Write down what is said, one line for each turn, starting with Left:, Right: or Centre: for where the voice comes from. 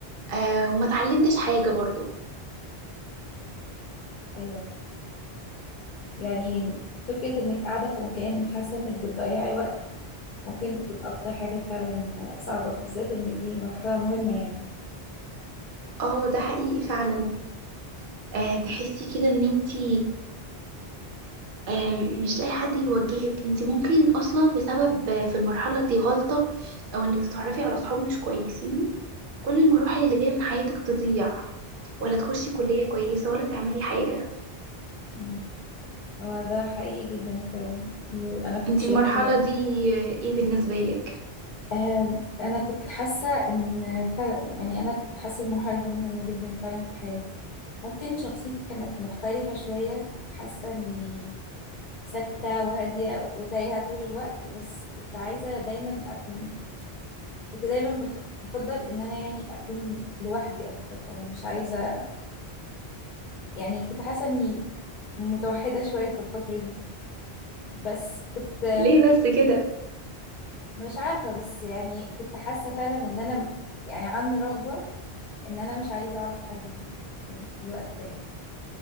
Right: آه وما اتعلمتش حاجة برضو
Left: ايوه يعني فكرة إنك قاعدة في مكان حاسة إنك بتضيعي وقت ممكن تكون أكتر حاجة فعلا صعبة بالذات إن دي مرحلة مهمة يعني
Right: اه ده حقيقي فعلا آه تحسي كده ان انتي آم، مش لاقي حد يوجهك انت ممكن اصلا بسبب آه، في المرحله دي غلطه او انك تتعرفي على اصحاب مش كويسين كل المراحل اللي جايه من حياتك تضيع ولا تخشي كليه كويسه ولا تعملي حاجه
Left: مم. هو ده حقيقي جدا فعلا أنا كنت
Right: انت
Left: شايفة
Right: المرحله دي آه، ايه بالنسبه لك
Left: آم، أنا كنت حاسة إن فعلا يعني أنا كنت حاسة المرحلة دي مهمة جدا فعلا في حياتي ممكن شخصيتي كانت مختلفة شوية كنت حاسة إني ساكتة وهادية وتايهة طول الوقت بس كنت عايزة دايما أكون كنت دايما بف... بفضل ان انا يعني اكون لوحدي اكتر او مش عايزه يعني كنت حاسه اني متوحده شويه في الفتره دي بس كنت
Right: ليه بس كده
Left: مش عارفه بس يعني كنت حاسه فعلا ان انا يعني عندي رغبه ان انا مش عايزه اعرف حد في, ال... في في الوقت ده يعني